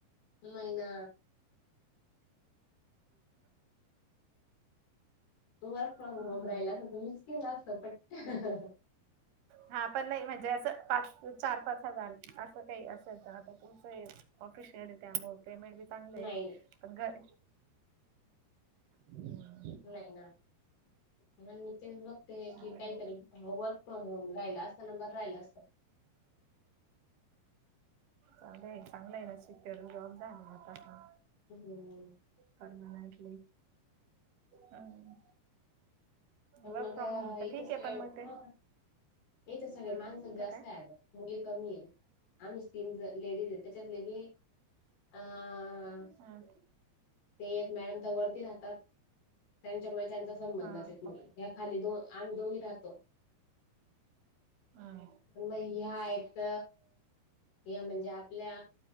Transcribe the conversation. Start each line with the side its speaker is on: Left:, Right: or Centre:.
Left: नाही ना. तू वर्क फ्रॉम
Right: मोठं
Left: होम राहिला असा, तुम्हीच केला असता पट
Right: हा पण नाही, म्हणजे असं पाच चार पाच हजार असं काही असं आता तुमचं हाय ऑफिशियल आहे, त्यामुळं पेमेंट बी चांगलं हाय
Left: नाही
Right: पण घर हम्म.
Left: नाही ना. मग मी तेच बघते, की
Right: बर
Left: काहीतरी हो वर्क फ्रॉम होम राहिला असता ना, बरा राहिला असता.
Right: चालू आहे चांगलं आहे ना, सुपेरिया जॉब झाले आता पण
Left: हं.
Right: परमनंटली. हम्म.
Left: पण
Right: वर्क
Left: मग
Right: फ्रॉम होम तर
Left: इथं
Right: ठीक
Left: सगळे
Right: आहे पण मग ते
Left: हा, इथं सगळे
Right: हा
Left: माणस
Right: इथं
Left: जास्त
Right: काय
Left: आहे आता. मुली कमी आहे. आम्हीच तीन लेडीज आहे, त्याच्यातले बी अं
Right: हा
Left: ते एक मॅडम तर वरती राहतात. त्यांच्यामुळे त्यां चा संबंध
Right: हा
Left: मेसेज मुळी.
Right: हा
Left: या खाली दो आम्ही दोघी राहतो.
Right: हा.
Left: पण मग ह्या आहेत. या म्हणजे आपल्या